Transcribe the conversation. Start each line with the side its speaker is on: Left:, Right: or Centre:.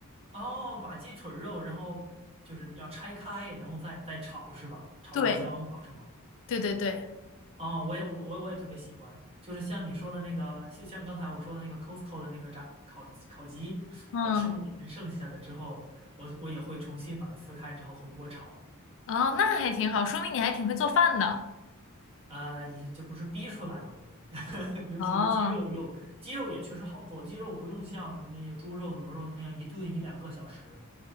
Right: 哦，把鸡腿肉，然后就是要拆开，然后再再炒是吧？炒辣椒，
Left: 对，
Right: 炒什么？
Left: 对对对，
Right: 哦，我也我我我也特别喜欢，就是像你说的那个，像像刚才我说的那个 Costco 的那个炸烤烤鸡，
Left: 嗯。
Right: 我吃不完剩下的之后，我我也会重新把它撕开之后回锅炒，
Left: 哦，那还挺好，说明你还挺会做饭的。
Right: 啊、也这不是逼出来了吗？<laughs> 尤其是鸡肉又鸡肉也确实好做，
Left: 哦，
Right: 鸡肉不用像那些猪肉、牛肉那样一炖一两个小时，